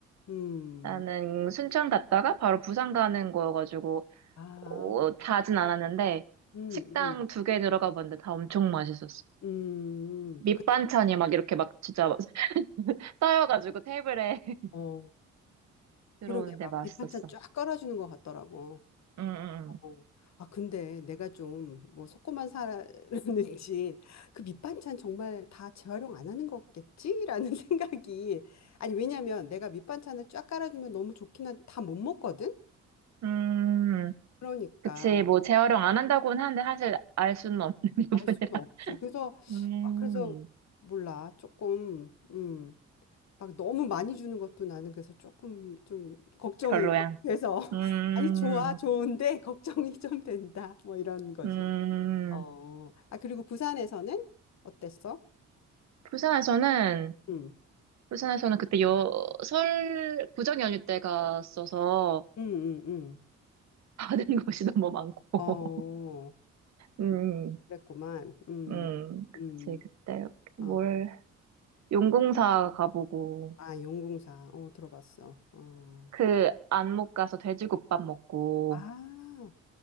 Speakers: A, on the left; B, on the right.
A: 음.
B: 나는 순천 갔다가 바로 부산 가는 거여가지고
A: 아,
B: 어, 자진 않았는데
A: 음,
B: 식당
A: 음,
B: 두 개 들어가 봤는데 다 엄청 맛있었어.
A: 음.
B: 밑반찬이
A: 그냥,
B: 막 이렇게 막 진짜 막 <laughs> 쌓여가지고 테이블에 <laughs>
A: 어,
B: 들어오는데
A: 그러게. 막
B: 맛있었어.
A: 밑반찬 쫙 깔아주는 것 같더라고.
B: 음,
A: 어.
B: 음,
A: 아, 근데 내가 좀 뭐 속고만 살았는지 <laughs> 그 밑반찬 정말 다 재활용 안 하는 거겠지라는 <laughs> 생각이 아니 왜냐면 내가 밑반찬을 쫙 깔아주면 너무 좋긴 한데 다 못 먹거든?
B: 음. 음,
A: 그러니까
B: 그치. 뭐 재활용 안 한다고는 하는데 사실 알 수는 없는 <laughs>
A: 알 수는 없지.
B: 부분이라.
A: 그래서
B: 음.
A: 아 그래서 몰라 조금 음. 막 너무 많이 주는 것도 나는 그래서 조금 좀 걱정이
B: 별로야.
A: 좀 돼서 <laughs>
B: 음,
A: 아니 좋아 좋은데 <laughs> 걱정이 좀 된다 뭐 이런 거지.
B: 음,
A: 어, 아, 그리고 부산에서는 어땠어?
B: 부산에서는,
A: 음,
B: 부산에서는 그때 여, 설, 구정 연휴 때 갔어서
A: 음, 음, 음.
B: 받은 <laughs> 것이 너무 많고. <laughs>
A: 어,
B: 음,
A: 그랬구만. 음,
B: 음, 그치.
A: 음.
B: 그때 뭘,
A: 어,
B: 용궁사 가보고,
A: 아, 용궁사. 어, 들어봤어. 어.
B: 그 안목 가서 돼지국밥 먹고,
A: 아,